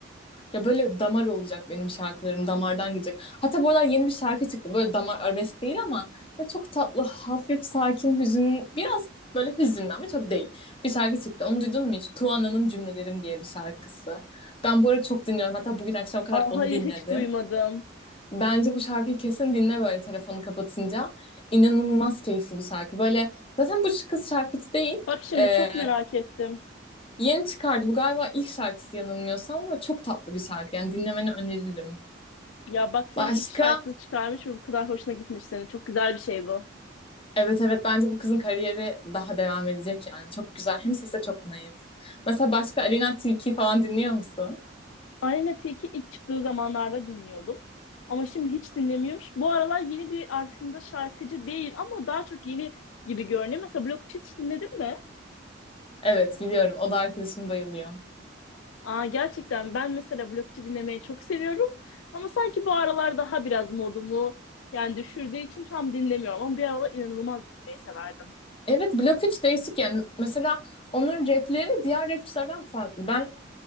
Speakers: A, on the left; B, on the left.
A: Ya böyle damar olacak benim şarkılarım. Damardan gidecek. Hatta bu aralar yeni bir şarkı çıktı. Böyle damar arabesk değil ama böyle çok tatlı, hafif, sakin, hüzün. Biraz böyle hüzünlü ama çok değil. Bir şarkı çıktı. Onu duydun mu hiç? Tuana'nın Cümlelerim diye bir şarkısı. Ben bu ara çok dinliyorum. Hatta bugün akşam kadar
B: Aa,
A: onu
B: hayır
A: dinledim.
B: hiç duymadım.
A: Bence bu şarkıyı kesin dinle böyle telefonu kapatınca. İnanılmaz keyifli bir şarkı. Böyle zaten bu kız şarkıcı değil.
B: Bak şimdi
A: Ee,
B: çok merak ettim.
A: Yeni çıkardı. Bu galiba ilk şarkısı yanılmıyorsam ama çok tatlı bir şarkı. Yani dinlemeni öneririm.
B: Ya bak senin
A: Başka?
B: ilk şarkını çıkarmış ve bu kadar hoşuna gitmiş senin. Çok güzel bir şey bu.
A: Evet evet bence bu kızın kariyeri daha devam edecek yani. Çok güzel. Hem sese çok naif. Mesela başka Alina Tilki falan dinliyor musun?
B: Aleyna Tilki ilk çıktığı zamanlarda dinliyordum. Ama şimdi hiç dinlemiyormuş. Bu aralar yeni bir aslında şarkıcı değil ama daha çok yeni gibi görünüyor. Mesela Blok 3 hiç dinledin mi?
A: Evet biliyorum. O da arkadaşım bayılıyor.
B: Aa, gerçekten ben mesela Blok 3'ü dinlemeyi çok seviyorum. Ama sanki bu aralar daha biraz modumu yani düşürdüğü için tam dinlemiyorum. Ama bir aralar inanılmaz dinlemeyi severdim.
A: Evet Blok 3 değişik yani. Mesela onun rapleri diğer rapçilerden farklı. Ben